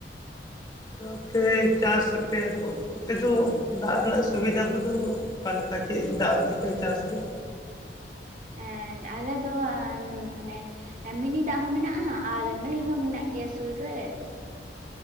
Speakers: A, on the left; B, on the right.
A: ᱟᱫᱚ ᱯᱮ ᱪᱟᱥ ᱟᱯᱮ ᱟᱫᱚ ᱚᱱᱛᱮ ᱫᱚ ᱫᱟᱜ ᱨᱮᱱᱟᱜ ᱥᱩᱵᱤᱫᱷᱟ ᱠᱚ ᱫᱚ ᱚᱠᱟ ᱞᱮᱠᱟ ᱪᱮᱫ ᱫᱟᱜ ᱛᱮᱯᱮ ᱪᱟᱥ ᱮᱫ
B: ᱮᱫ ᱟᱞᱮ ᱫᱚ ᱢᱟᱱᱮ ᱮ ᱢᱤᱱᱤ ᱫᱟᱜ ᱦᱚᱸ ᱢᱮᱱᱟᱜᱼᱟ ᱟᱨ ᱱᱟᱹᱭ ᱦᱚᱸ ᱢᱮᱱᱟᱜ ᱜᱮᱭᱟ ᱥᱩᱨ ᱨᱮ